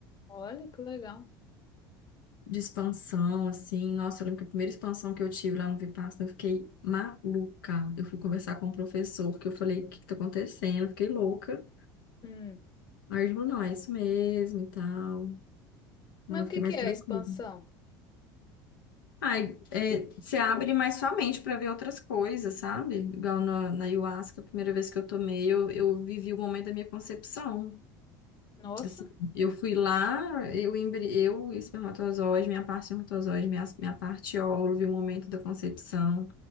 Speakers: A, on the left; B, on the left.
A: Olha que legal.
B: de expansão, assim. Nossa, eu lembro que a primeira expansão que eu tive lá no Vipassana, eu fiquei maluca. Eu fui conversar com o professor, que eu falei, o que que tá acontecendo? Eu fiquei louca.
A: Hum.
B: Aí ele falou, não, é isso mesmo e tal.
A: Mas
B: Aí Eu
A: o
B: fiquei
A: que que
B: mais
A: é
B: tranquila.
A: a expansão?
B: Ai, é, você abre mais sua mente para ver outras coisas, sabe? Igual na, na ayahuasca, a primeira vez que eu tomei, eu, eu vivi o momento da minha concepção.
A: Nossa.
B: Assim, eu fui lá, eu, embri- eu e o espermatozoide, minha parte espermatozoide, minha, minha parte óvulo, e o momento da concepção.